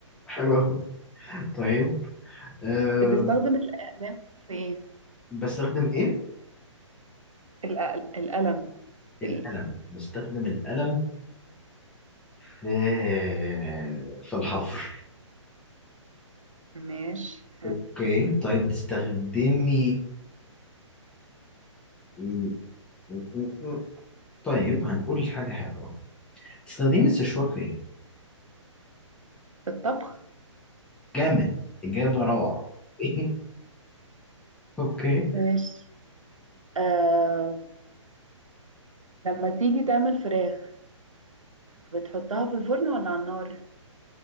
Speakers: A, in the centre; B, on the right.
A: حلو أوي <laughs> طيب أه
B: بتستخدم الأقلام في ايه؟
A: بستخدم إيه؟
B: الأقل... القلم في
A: القلم
B: ايه؟
A: بستخدم القلم في في الحفر
B: ماشي حلو
A: أوكي طيب بتستخدمي م- م- م- طيب هنقول حاجة حلوة بتستخدمي السشوار في إيه؟
B: بالطبخ
A: جامد إجابة روعة <laughs> أوكي
B: ماشي آه لما تيجي تعمل فراخ بتحطها في الفرن ولا على النار؟